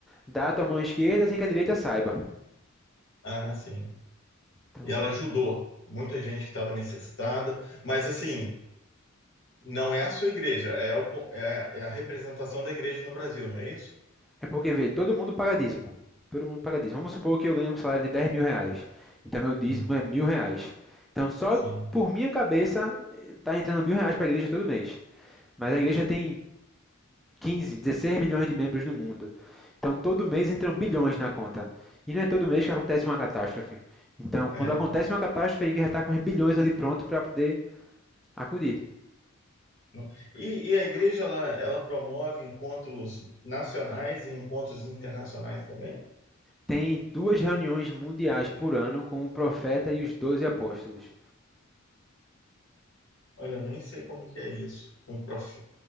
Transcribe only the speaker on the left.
Ah, sim.
E ela ajudou muita gente que estava necessitada, mas assim. Não é a sua igreja, é, o co- é a é a representação da igreja no Brasil, não é isso?
Uhum.
Sim.
É.
Não- E, e a igreja ela, ela promove encontros nacionais e encontros internacionais também?
Olha, eu nem sei como que é isso. Com prof,